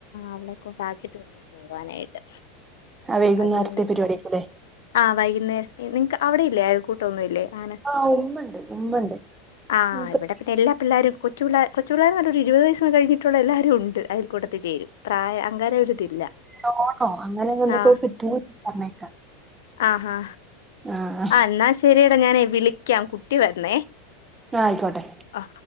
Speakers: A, on the left; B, on the right.
A: അവളെ കൊണ്ടാക്കിട്ട് വേണം പോവാനായിട്ട്
B: ആ വൈകുന്നേരത്തെ
A: അത് കൊണ്ട്
B: പരിപാടിയാക്കുല്ലേ
A: ആ വൈകി നേരത്തെ നിങ്‌ക്ക് അവിടെയില്ലേ അയാൽ കൂട്ടൊന്നുല്ലേ ആണ്
B: ആഹ് ഉമ്മണ്ട് ഉമ്മണ്ട്
A: ആ
B: മൂപ്പർക്ക്
A: ഇവടെ പിന്നെ എല്ലാ പിള്ളാരും കൊച്ചുപി ള്ള കൊച്ചു പിള്ളേര് പറഞ്ഞ ഒരു ഇരുപതുവയസ് കഴിഞ്ഞിട്ടുള്ള എല്ലാവരും ഉണ്ട് അയൽ കൂട്ടത്തി ചേരും പ്രായ അങ്കാരം ഒരിതില്ല
B: ലോണോ അങ്ങനെ എന്തൊക്കെ
A: ആഹ്
B: കിട്ടുന്ന പറഞ്ഞേക്കാം
A: ആഹാ
B: ആഹ്
A: ആ എന്നാ ശരിടാ ഞാനേ വിളിക്കാം കുട്ടി വരുന്നേ
B: ആ ആയിക്കോട്ടെ
A: ആ